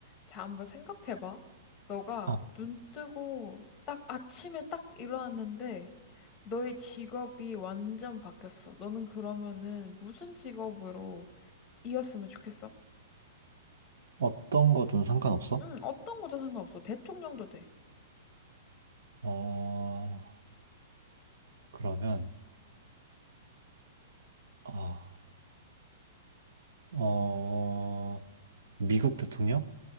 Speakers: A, on the left; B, on the right.
A: 자, 한번 생각해봐. 너가
B: 어,
A: 눈 뜨고 딱 아침에 딱 일어났는데 너의 직업이 완전 바뀌었어. 너는 그러면은 무슨 직업으로 이었으면 좋겠어?
B: 어떤 거든 상관없어?
A: 응, 어떤 거든 상관없어. 대통령도 돼.
B: 어, 그러면, 아, 어, 미국 대통령?